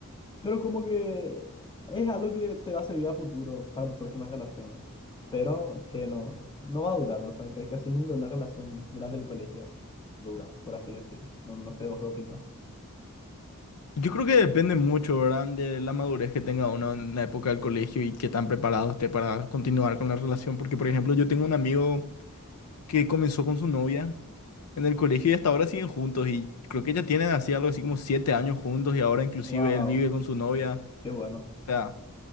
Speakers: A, on the left (about 20°); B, on the left (about 80°).
A: pero como que es algo que te va a servir a futuro para tus próximas relaciones. Pero que no, no va a durar, o sea, que casi nunca una relación durante el colegio dura, por así decirlo. No, no sé vos qué opinas.
B: Yo creo que depende mucho, ¿verdad? De la madurez que tenga uno en la época del colegio y qué tan preparado esté para continuar con la relación. Porque, por ejemplo, yo tengo un amigo que comenzó con su novia. en el colegio y hasta ahora siguen juntos y creo que ya tienen así algo así como siete años juntos y ahora inclusive
A: Wow.
B: él vive con su novia.
A: Qué bueno.
B: O sea,